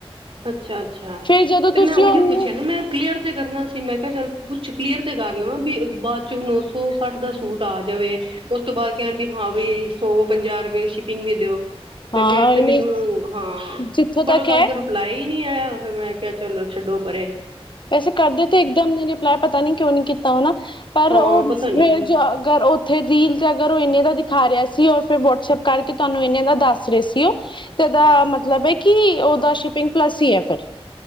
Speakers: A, on the right; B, on the left.
A: ਅੱਛਾ- ਅੱਛਾ
B: ਫੇਰ ਜਦੋਂ ਤੁਸੀਂ
A: ਤੇ ਮੈਂ ਉਹੀਓ
B: ਉਹਨੂੰ
A: ਪੁੱਛਿਆ ਨਾ ਮੈਂ ਕਲੀਅਰ ਤਾਂ ਤੇ ਕਰਨਾ ਸੀ ਮੈਂ ਕਿਹਾ ਚੱਲ ਪੁੱਛ ਕਲੀਅਰ ਤਾਂ ਕਰ ਲਵਾਂ ਵੀ ਬਾਅਦ 'ਚੋਂ ਨੌ ਸੌ ਸੱਠ ਦਾ ਸੂਟ ਆ ਜਾਵੇ। ਉਸ ਤੋਂ ਬਾਅਦ ਕਹਿਣ ਬਈ ਵੀ ਹਾਂ ਬਈ ਸੌ ਪੰਜਾਹ ਰੁਪਏ ਸ਼ਿਪਿੰਗ ਵੀ ਦਿਓ। ਤੇ
B: ਹਾਂ
A: ਫਿਰ ਤੇ ਮੈਨੂੰ
B: ਨਹੀਂ
A: ਹਾਂ
B: ਜਿੱਥੋਂ
A: ਬਟ
B: ਤੱਕ
A: ਉਹਦਾ
B: ਹੈ
A: ਅੱਗ ਰੂ ਲਾ ਹੀ ਨਹੀਂ ਆਇਆ ਫਿਰ ਮੈਂ ਕਿਹਾ ਚਲੋ ਛੱਡੋ ਪਰੇ
B: ਵੈਸੇ ਕਰਦੇ ਤੇ ਇੱਕਦਮ ਨੇ ਰਿਪਲਾਈ ਪਤਾ ਨੀ ਕਿਉਂ ਨੀ ਕੀਤਾ ਹਨਾ। ਪਰ
A: ਹਾਂ
B: ਉ
A: ਪਤਾ
B: ਫਿਰ
A: ਨੀ
B: ਅਗਰ ਉ ਉਥੇ ਰੀਲ ਤੇ ਅਗਰ ਉ ਇਹਨੇ ਦਾ ਦਿਖਾ ਰਿਹਾ ਸੀ ਔਰ ਫੇਰ ਵਟਸਪ ਕਰਕੇ ਤੁਆਨੂੰ ਇਹਨਾਂ ਦਾ ਦੱਸ ਰੇ ਸੀ ਓ ਤੇ ਓਦਾ ਮਤਲਬ ਏ ਕਿ ਓਦਾ ਸ਼ਿਪਿੰਗ ਪਲੱਸ ਹੀ ਏ ਫਿਰ